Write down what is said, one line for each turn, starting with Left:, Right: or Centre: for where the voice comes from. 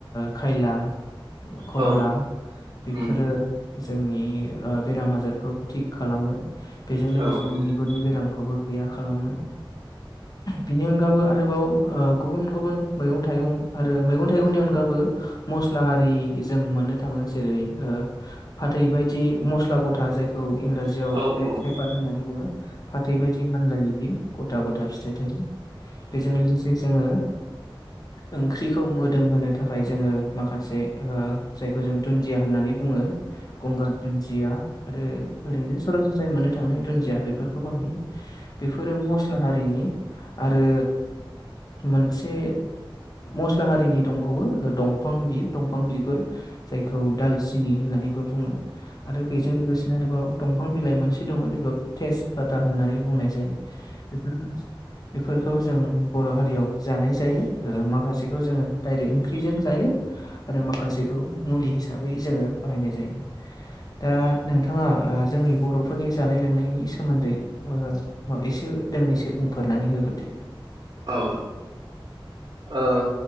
Left: खायला खरला
Right: औ
Left: बेफोरो
Right: उम
Left: जोंनि बेराम आजारखौ थिग खालामो बेजों लोगोसेनो
Right: औ औ
Left: बिगुरनि
Right: औ
Left: बेरामखौबो गैया खालामो बिनि अनगाबबो आरोबाव ओ गुबुन गुबुन मैगं थाइगं आरो मैगं थाइगंनि अनगाबबो मस्ला आरि जों मोननो थाङो जेरै ओ फाथै बादि मस्ला गथा जाय खौ इंराजियाव
Right: औ
Left: ब्लेक पेपार होननानै बुङो फाथै बायदि मानलायो बियो गथा गथा फिथाइ थाइ बेजों लोगोसे जोङो ओंख्रिखौ मोदोम होनो थाखाय जोङो माखासे जायखौ जों दुन्दिया होननानै बुङो गंगार दुन्दिया आरो ओरैनो सरासनस्रायै मोननो थांनाय दुन्दिया बेफोरखौबोाहायो बेफोरो मस्ला हारिनि आरो मोनसे मस्ला हारिनि दंबावो दंफां बियो दंफां बिगुर जायखौ दालसिनि होननानैबो बुङो आरो बेजों लोगोसेनो आरोबाव दंफां बिलाइ मोनसे दङ जायखौ टेेज फता होननानै बुंनाय जायो बेफोर बेफोरखौ जों बर' हारियाव जानाय जायो माखासेखौ जोङो डाइरेक्टं फजों जायो आरो माखासेखौ मुलि हिसाबै जोङो बाहायनाय जायो दा
Right: औ
Left: नोंथाङा जोंनि बर'फोरनि जानाय लोंनायनि सोमोन्दै माब एसे दोंनैसो बुंफोरनानै होबोदो
Right: औ। ओ